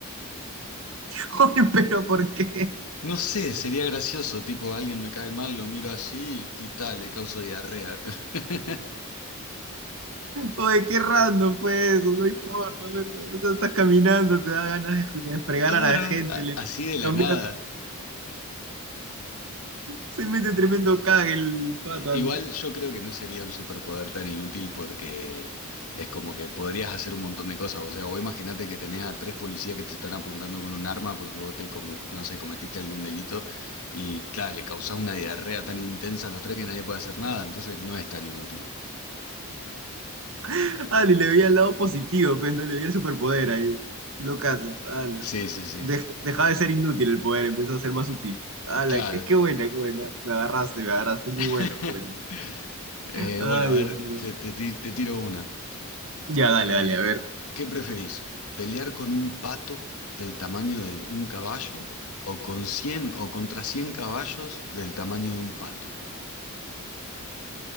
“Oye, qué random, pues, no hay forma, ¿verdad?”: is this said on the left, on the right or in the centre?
Right